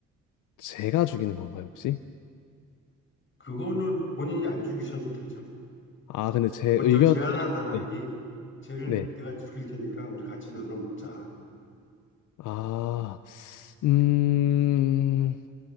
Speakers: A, on the left (about 85°); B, on the left (about 40°).
A: 제가 죽이는 건가요, 혹시?
B: 그거는 본인이 안 죽이셔도 되죠.
A: 아, 근데 제
B: 먼저
A: 의견
B: 제안한 사람이
A: 네.
B: 쟤를
A: 네.
B: 내가 죽일 테니까 우리 같이 나눠 먹자.
A: 아, 음,